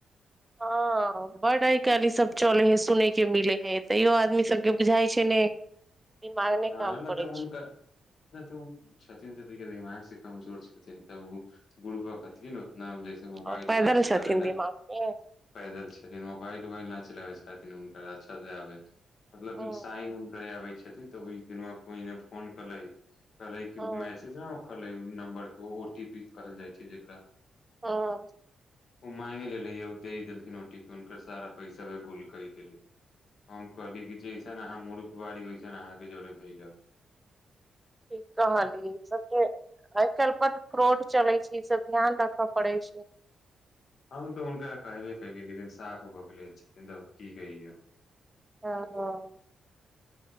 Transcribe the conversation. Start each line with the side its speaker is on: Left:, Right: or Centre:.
Right: हँ बड आइ काल्ह ई सब चले हे सुनय के मिले हे तैयो आदमी सबके बुझाई छै ने दिमाग
Left: हँ
Right: काम
Left: नहि
Right: करै
Left: तऽ उनका
Right: छै
Left: नहि तऽ छथिन त त दिमाग से कमजोर छथिन तऽ ओ गुरुबकथिन उतना जैसे मोबाईल
Right: आ पैदल
Left: औबाइल चलाबैन
Right: छथिन
Left: ने
Right: दिमाग पे
Left: पैदल छथिन मोबाइल औबाइल नहि चलाबै छथिन हुनकर अच्छा से आबै मतलब
Right: हँ
Left: साइन उन करय आबै छथिन तऽ ओहि द कोइने फोन कले कहलै कि
Right: हँ
Left: मैसेज ह ओ कहलै नम्बर के ओ टी पी कहल जाइ छै जेकरा
Right: हँ
Left: ओ मांगे लेले ह दे देलथिन औ ति पी के हुनकर सारा पैसा व गुल कै देले हम कहली कि जइसन अहाँ मूर्ख बारी ओइसन अहाँके जड़े भेलक
Right: ठीक कहली ई सबके आइ काल्हनपर फ्रॉड चलै छै ई सब ध्यान राखय पड़े छै
Left: हम तऽ हुनका कहबे कली लेकिन साफ भऽ गेल छथिन तऽ की कहिय
Right: ह हँ